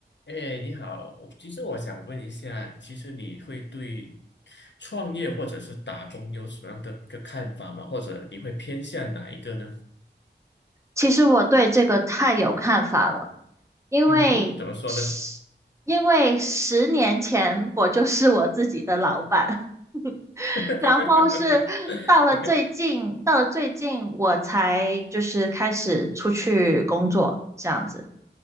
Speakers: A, on the left; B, on the right.
A: 哎，你好，其实我想问一下，其实你会对创业或者是打工有什么样的一个看法吗？或者你会偏向哪一个呢？
B: 其实我对这个太有看法了，因为十因为十年前我就是我自己的老板，
A: 嗯哼，怎么说呢
B: <laughs>
A: <laughs>
B: 然后是到了最近，
A: ？OK，
B: 到了最近我才就是开始出去工作这样子。